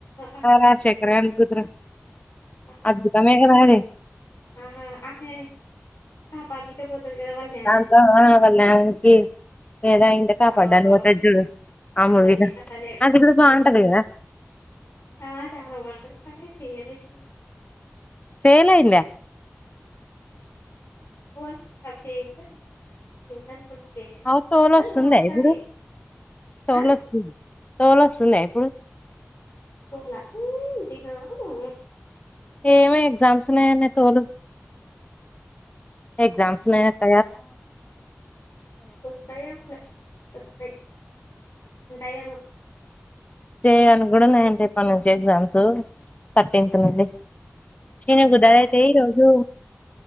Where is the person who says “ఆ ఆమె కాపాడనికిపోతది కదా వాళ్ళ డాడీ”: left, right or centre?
Left